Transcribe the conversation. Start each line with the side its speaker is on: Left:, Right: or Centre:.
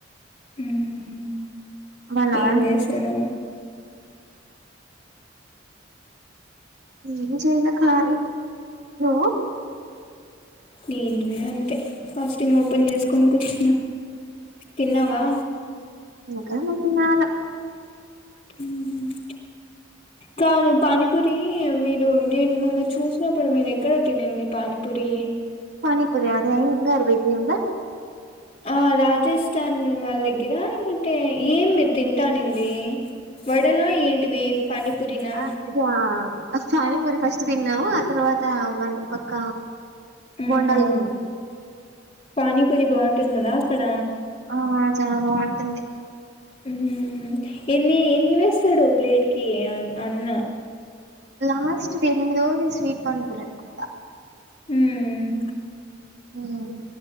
Left: హ్మ్
Right: బావున్నావా
Left: ఏం చేస్తున్నవు
Right: ఏం చేయలే కాలి నువ్వు
Left: నేను గూడా అంతే ఫాస్టింగ్ ఓపెన్ చేసుకొని కూర్చున్నా తిన్నావా
Right: ఇంకా మతినాలె
Left: హుహ్మ్ కాదు పానీపూరి మీరు నేను మొన్న చూసినప్పుడు మీరు ఎక్కడ తినింది పానీపూరి
Right: పానీపురి అదే ఇంగారు బేకరి ఇంగా
Left: ఆ రాజస్థాన్ వాళ్ళ దగ్గర అనుకుంటే ఏం మీరు తింటా అనింది వడలా ఏంటివి పానీపూరినా
Right: అక్ జా ఆ పానీపూరి ఫస్ట్ తిన్నావ్ ఆ తర్వా త మళ్ళీ పక్క
Left: మ్మ్
Right: బోండాల్తిన్నం
Left: పానీపూరి బాగుంటుంది కదా అక్కడ
Right: ఆహ చాలా బాగుంటుంది
Left: హ్మ్ ఎన్ని ఎన్ని వేస్తడు ప్లేట్ కి అన్ అన్న
Right: లాస్ట్ ది ఎనిమిదవది స్వీట్ పానీపూరి అనుకుంటా
Left: హ్మ్
Right: హ్మ్